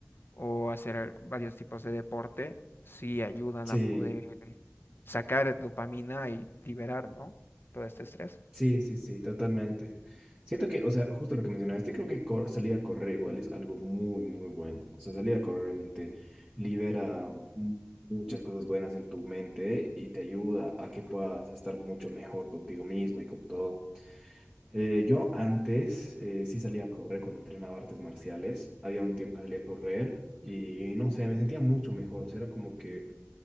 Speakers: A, on the left; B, on the right.
A: o hacer al- varios tipos de deporte, sí ayudan
B: Sí,
A: a poder sacar dopamina y liberar, ¿no? Todo este estrés.
B: sí, sí, sí, totalmente. Siento que, o sea, justo lo que mencionaste, creo que cor- salir a correr igual es algo muy, muy bueno. O sea, salir a correr realmente libera mu- muchas cosas buenas en tu mente y te ayuda a que puedas estar mucho mejor contigo mismo y con todo. Eh, yo antes eh, sí salía a correr cuando entrenaba artes marciales. Había un tiempo que salía a correr y no sé, me sentía mucho mejor. O sea, era como que